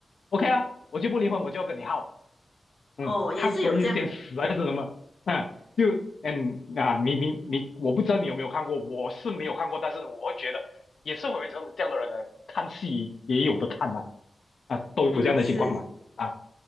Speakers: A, on the left; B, on the left.
A: OK 啊，我就不离婚，我就要跟你耗。<laughs> 嗯，
B: 哦，也是有这样的，
A: 看说一些死还是什么？嗯，就嗯啊，你你你，我不知道你有没有看过，我是没有看过，但是我觉得也是会有这种这样的人来看戏也有的看嘛，啊，都有这样的情况嘛，
B: 嗯，是。
A: 啊，